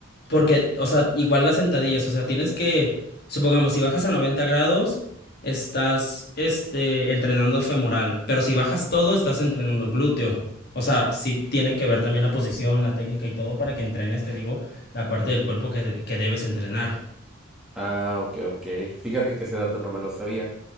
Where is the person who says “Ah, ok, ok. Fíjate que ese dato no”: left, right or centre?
Centre